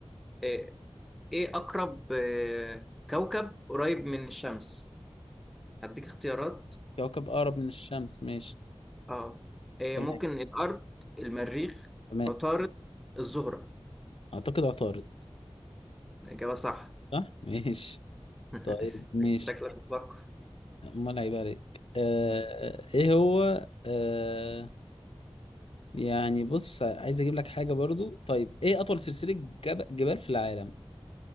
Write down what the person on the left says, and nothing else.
كوكب اقرب من الشمس ماشي
تمام
تمام
اعتقد عطارد
صح <laughs> ماشي
طيب ماشي
امال هيبقى عليك آه
ايه هو آه يعني بص عايز اجيب لك حاجة برضو طيب ايه اطول سلسلة جب- جبال في العالم